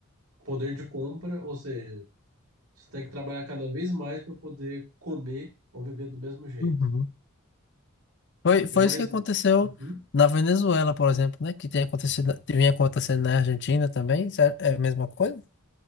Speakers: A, on the right; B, on the left.
A: poder de compra, ou seja, você tem que trabalhar cada vez mais para poder comer ou viver do mesmo jeito.
B: Uhum. Foi, foi
A: E o mais.
B: isso que aconteceu
A: Uhum,
B: na Venezuela, por exemplo, né? Que tem acontecido, que vinha acontecendo na Argentina também. Isso É é a mesma coisa?